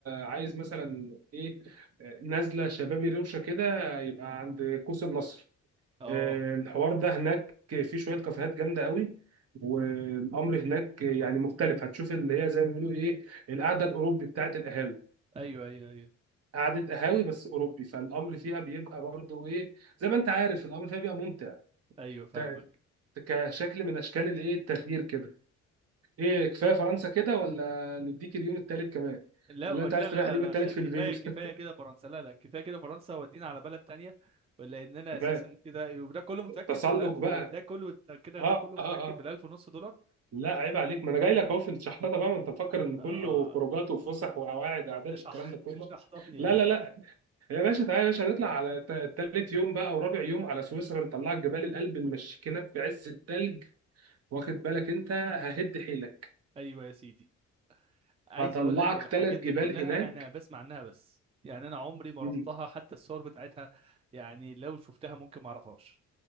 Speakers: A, on the right; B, on the right.
A: عايز مثلا ايه آه، نازله شبابي روشه كده يبقى عند قوس النصر
B: اه
A: آه، الحوار ده هناك في شويه كافيهات جامده قوي والامر هناك يعني مختلف هتشوف اللي هي زي ما بيقولوا ايه القعده الاوروبي بتاعت القهاوي
B: ايوه ايوه ايوه
A: قعده قهاوي بس اوروبي فالامر
B: امم،
A: فيها بيبقى برضه ايه زي ما انت عارف الامر فيها بيبقى ممتع
B: ايوه فاهمك
A: ت- كشكل من اشكال الايه التغيير كده ايه كفايه فرنسا كده ولا نديك اليوم التالت كمان
B: لا
A: ولا
B: ما-
A: انت
B: لا
A: عايز تريح
B: لا لا
A: اليوم
B: لا
A: التالت
B: خ- كفايه
A: في البيت
B: كفايه كده فرنسا لا لا كفايه كده فرنسا ودينا على بلد تانية لاننا
A: تمام
B: اساسا كده وده كله متاكد
A: التسلق
B: بالالف
A: بقى
B: وده كله ده كده
A: اه
B: ده كله
A: اه
B: متاكد
A: اه
B: بالالف ونص دولار
A: لا عيب عليك ما انا جاي لك اهو في الشحطه بقى ما انت مفكر ان
B: اه
A: كله خروجات وفسح وقواعد قعدات
B: اشرح
A: والكلام ده
B: <laughs>
A: كله
B: اشرح لي يا
A: لا
B: باشا
A: لا لا يا باشا تعالى يا باشا نطلع على تا- تالت يوم بقى ورابع يوم على سويسرا نطلعك جبال الألب نمشيكنك في عز التلج واخد بالك انت ههد حيلك
B: ايوه يا سيدي عايز
A: هطلعك
B: اقول لك الحاجات
A: تلات
B: دي
A: جبال
B: كلها
A: هناك
B: انا بسمع عنها بس يعني انا عمري ما
A: مم.
B: رحتها حتى الصور بتاعتها يعني لو شفتها ممكن ما اعرفهاش